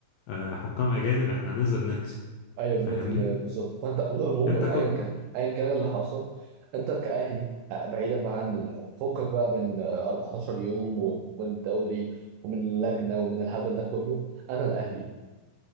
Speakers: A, on the left; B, on the right.
A: آه، حكام اجانب احنا هننزل نكسب
B: ايوه
A: فاهمني
B: 100% بالظبط فانت عموما
A: انت كنت
B: ايا كان ايا كان اللي حاصل انت كاهلي آه، بعيدا بقى عن ال- فكك بقى من آه، 14 يوم و- والدوري ومن اللجنه ومن الهبل ده كله انا الاهلي